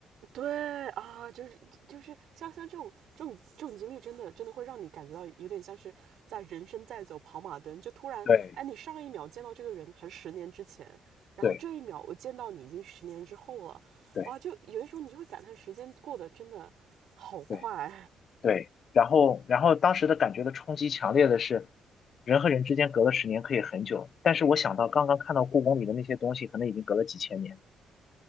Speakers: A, on the right; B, on the left.
A: 对啊，就是就是像像这种这种这种经历，真的真的会让你感觉到有点像是在人生在走跑马灯，就突然，
B: 对
A: 哎，你上一秒见到这个人还是十年之前，然后这一秒我见到你已经是十年之后了，
B: 对对
A: 哇，就有的时候你就会感叹时间过得真的好快，
B: 对。对，然后然后当时的感觉的冲击强烈的是，人和人之间隔了十年可以很久，但是我想到刚刚看到故宫里的那些东西，可能已经隔了几千年，